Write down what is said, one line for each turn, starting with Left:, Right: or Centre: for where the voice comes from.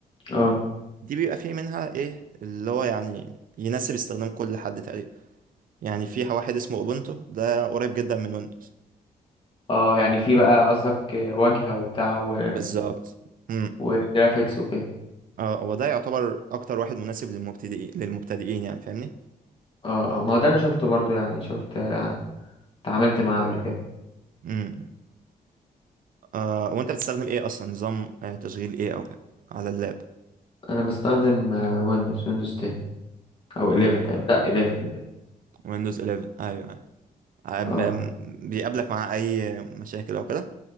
Left: اه
Right: دي بيبقى في منها ايه اللي هو يعني يناسب استخدام كل حد تقريبا يعني في واحد اسمه اوبونتو ده قريب جدا من ويندوز
Left: اه يعني في بقى قصدك واجهه وبتاع و...
Right: بالظبط امم
Left: وجرافيكس وكده
Right: اه هو ده يعتبر اكتر واحد مناسب للمبتدئين للمبتدئين يعني فاهمني
Left: اه اه ما هو ده انا شفته برضو يعني شفت آه، اتعاملت معاه قبل كده
Right: امم آه وانت بتستخدم ايه اصلا نظام آه، تشغيل ايه او كده على اللاب
Left: انا بستخدم ويندوز ويندوز 10 او 11
Right: امم
Left: تقريبا لا 11
Right: ويندوز 11 ايوه ايوه
Left: اه
Right: أم- بيقابلك مع اي مشاكل او كده